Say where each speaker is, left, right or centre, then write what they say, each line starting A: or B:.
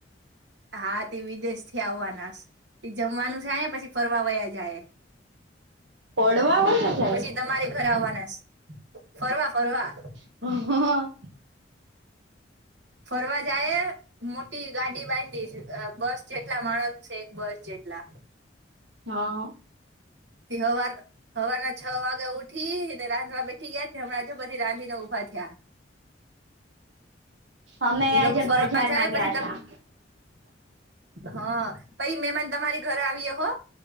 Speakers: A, on the right; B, on the right.
A: હા તે વિદેશ થી આવવાના તે જમવાનું છે પછી ફરવા વયા જાય
B: ઓડવા હોય ને જાય.
A: પછી તમારે ઘર આવવાના ફરવા ફરવા
B: <inaudible>
A: ફરવા જાય મોટી ગાડી બાંધી છે બસ જેટલા માણસ છે એક બસ જેટલા
B: હા
A: તિ હવાર સવાર ના છ વાગે ઉઠીને રાંધવા બેઠી ગયા હમણાં જો બધી રાંધીને ઊભા થયા
B: અમે
A: એ
B: આજે
A: લોકો ફરવા
B: બજારમાં
A: જાય પછી
B: ગયા
A: ત
B: તા.
A: હા પછી મહેમાન તમારી ઘરે આવીય હો